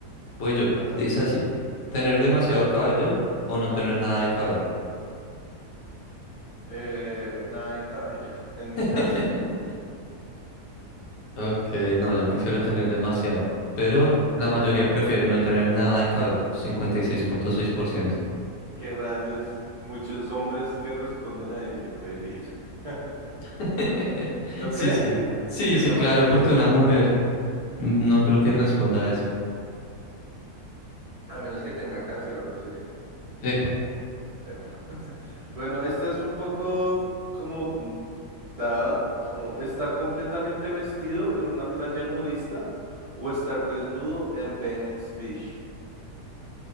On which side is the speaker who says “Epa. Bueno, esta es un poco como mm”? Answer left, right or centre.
Right